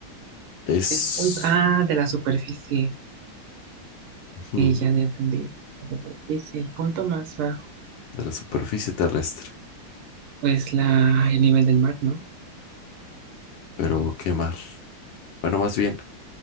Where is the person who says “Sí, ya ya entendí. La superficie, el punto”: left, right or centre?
Right